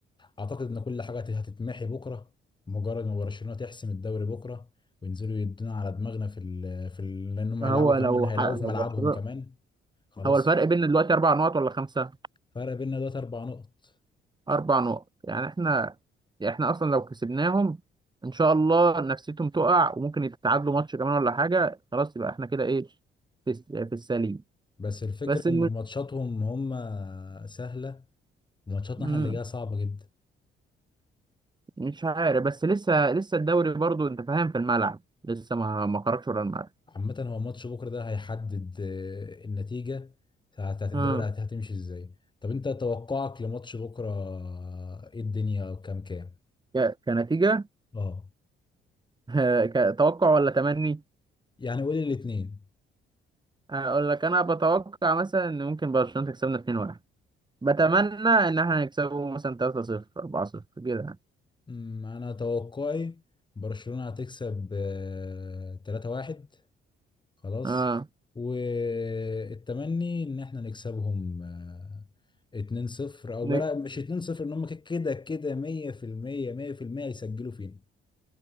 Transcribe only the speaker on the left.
اعتقد ان كل حاجه هت- هتتمحي بكره مجرد ما برشلونه تحسم الدوري بكره وينزلوا يدونا على دماغنا في ال في ال لانهم
هيلعبوا
كمان هيلعبوا
في ملعبهم
كمان خلاص
فرق بيننا دلوقتي اربع نقط
بس الفكره
ان ماتشاتهم هم سهله وماتشاتنا
احنا اللي جايه صعبه جدا
عامه هو ماتش بكره ده هيحدد آه، النتيجه بتاعت الدوري
هت- هتمشي ازاي طب انت توقعك لماتش بكره آه، ايه الدنيا وكام كام
اه
يعني قولي الاتنين
أمم، انا توقعي برشلونة هتكسب آه، 3-1 خلاص
والتمني ان احنا نكسبهم آه، 2-0 او
بلا مش 2-0 ان هم كده كده 100% 100% يسجلوا فينا